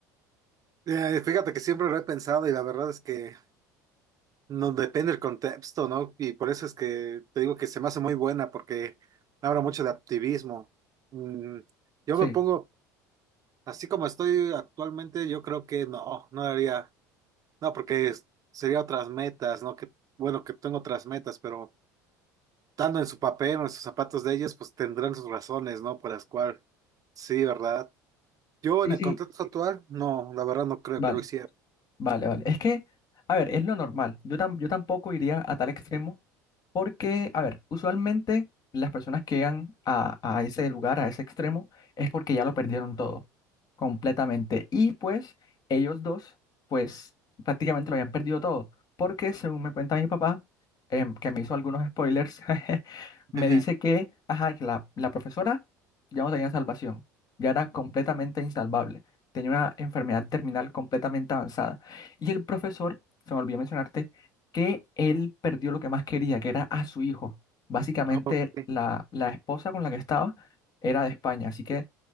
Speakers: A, on the right; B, on the left.
A: Eh, fíjate que siempre lo he pensado y la verdad es que No depende del contexto, ¿no? Y por eso es que te digo que se me hace muy buena porque habla mucho de activismo. Mm, yo
B: Sí,
A: me pongo, así como estoy actualmente, yo creo que no, no haría, no, porque es- sería otras metas, ¿no? Que, bueno, que tengo otras metas, pero estando en su papel o en sus zapatos de ellos, pues tendrán sus razones, ¿no? Por las cuales, sí, ¿verdad? Yo
B: sí,
A: en el
B: sí.
A: contexto actual, no, la verdad no creo
B: Vale,
A: que lo hiciera.
B: vale, vale. Es que, a ver, es lo normal. Yo, tam- yo tampoco iría a tal extremo Porque, a ver, usualmente las personas que llegan a, a ese lugar, a ese extremo, es porque ya lo perdieron todo, completamente. Y pues ellos dos, pues prácticamente lo habían perdido todo. Porque según me cuenta mi papá, em, que me hizo algunos spoilers, <laughs>
A: <laughs>
B: me dice que, ajá, que la, la profesora ya no tenía salvación, ya era completamente insalvable, tenía una enfermedad terminal completamente avanzada. Y el profesor, se me olvidó mencionarte, que él perdió lo que más quería, que era a su hijo. Básicamente,
A: Ok.
B: la, la esposa con la que estaba era de España, así que